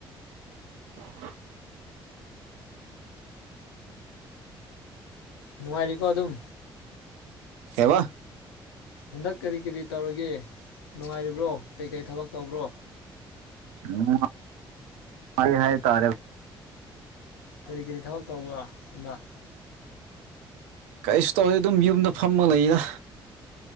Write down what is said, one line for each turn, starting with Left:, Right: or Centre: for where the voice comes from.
Right: <inaudible>
Left: ꯅꯨꯡꯉꯥꯏꯔꯤꯀꯣ ꯑꯗꯨꯝ
Right: ꯀꯩꯕꯥ
Left: ꯍꯟꯗꯛ ꯀꯔꯤ ꯀꯔꯤ ꯇꯧꯔꯤꯒꯦ ꯅꯨꯡꯉꯥꯏꯔꯤꯕ꯭ꯔꯣ ꯀꯩꯀꯩ ꯊꯕꯛ ꯇꯧꯕ꯭ꯔꯣ
Right: <unintelligible>
Left: ꯀꯔꯤ ꯀꯔꯤ ꯊꯕꯛ ꯇꯧꯕ ꯅ
Right: ꯀꯩꯁꯨ ꯇꯧꯗꯦ ꯑꯗꯨꯝ ꯌꯨꯝꯗ ꯐꯝꯃ ꯂꯩꯌꯦꯅ